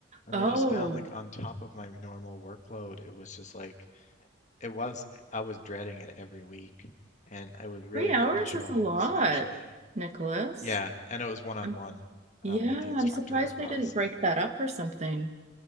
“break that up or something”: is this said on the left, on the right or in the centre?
Right